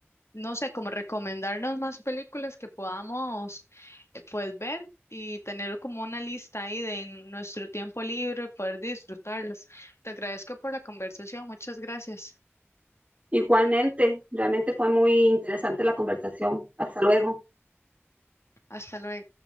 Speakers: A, on the left; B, on the right.
A: no sé, como recomendarnos más películas que podamos eh, pues ver y tener como una lista ahí de nuestro tiempo libre, poder disfrutarlas. Te agradezco por la conversación, muchas gracias.
B: Igualmente, realmente fue muy interesante la conversación. Hasta luego.
A: Hasta luego.